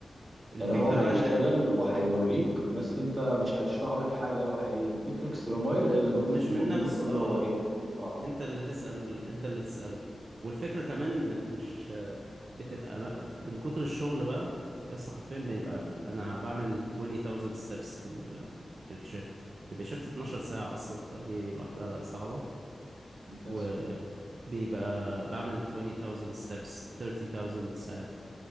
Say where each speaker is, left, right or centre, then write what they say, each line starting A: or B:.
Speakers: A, on the right; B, on the right.
A: الفكرة
B: يعني هو هيشتغل
A: بقى انك
B: وهيوريك بس انت مش هيشرح لك حاجة او هيديك اكسترا مايل الا لما انت
A: مش
B: تطلب
A: من
B: منه
A: نفسه
B: وتقول
A: اه
B: له هو ايه ده اه
A: انت اللي تسأل انت اللي تسأله والفكرة كمان انك مش بتبقى من كتر الشغل بقى يا اسطى حرفيا بيبقى انا بعمل 20000 steps في ال... في الشيفت بيبقى شيفت 12 ساعة اصلا فدي لوحدها صعبة
B: دي كارثة
A: وبيبقى بعمل 20,000 steps 30,000 ساعات